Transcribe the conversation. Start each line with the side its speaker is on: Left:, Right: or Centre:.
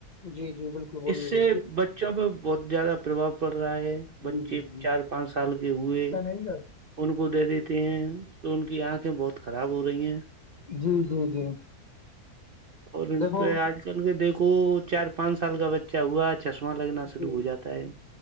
Left: جی جی بالکل بولیے
Right: اس سے
Left: بولیے
Right: بچوں پہ بہت زیادہ پرباؤ پڑ رہا ہے بچے
Left: جی جی جی
Right: چار پانچ سال کے ہوئے
Left: <unintelligible>
Right: ان کو دے دیتے ہیں تو ان کی آنکھیں بہت خراب ہو رہی ہیں
Left: جی جی جی
Right: اور ان
Left: دیکھو
Right: پہ آج کل کے دیکھو چار پانچ سال کا بچہ ہوا چشمہ لگنا شروع
Left: جی
Right: ہو جاتا ہے